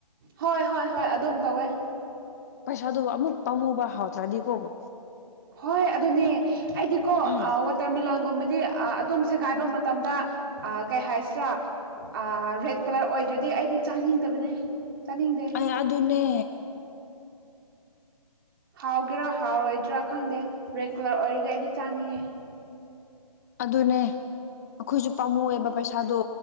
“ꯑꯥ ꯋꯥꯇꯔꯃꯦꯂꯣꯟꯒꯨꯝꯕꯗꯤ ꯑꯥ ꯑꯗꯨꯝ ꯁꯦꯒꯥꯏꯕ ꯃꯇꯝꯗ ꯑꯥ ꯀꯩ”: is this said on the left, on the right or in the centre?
Right